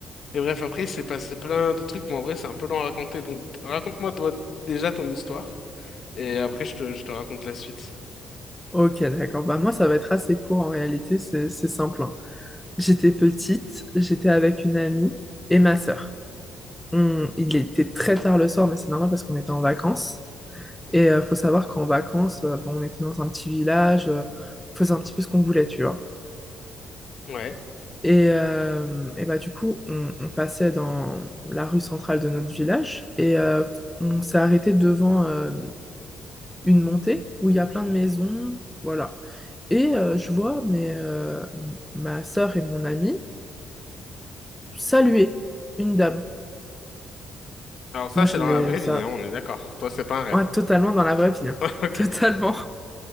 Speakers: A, on the left; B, in the centre.
A: Et bref, après, il s'est passé plein de trucs, mais en vrai, c'est un peu long à raconter. Donc, raconte-moi toi, déjà ton histoire, et après, je te, je te raconte la suite.
B: Ok, d'accord. Bah moi, ça va être assez court en réalité, c'est c'est simple. hein. J'étais petite, j'étais avec une amie et ma sœur. On- il était très tard le soir, mais c'est normal parce qu'on était en vacances. Et euh, faut savoir qu'en vacances, euh, bon, on était dans un petit village, euh, on faisait un petit peu ce qu'on voulait, tu vois.
A: ouais
B: Et, euh, et bah, du coup, on, on passait dans la rue centrale de notre village et euh, on s'est arrêté devant euh, une montée où il y a plein de maisons, voilà. Et euh, je vois mes, euh, ma sœur et mon ami saluer une dame.
A: Alors ça,
B: Moi,
A: c'est
B: je
A: dans
B: les
A: la vraie vie,
B: a...
A: hein, on est d'accord. Toi, c'est pas un rêve.
B: Ouais, totalement dans la vraie vie, hein.
A: <laughs>
B: <laughs> Totalement.
A: Ok.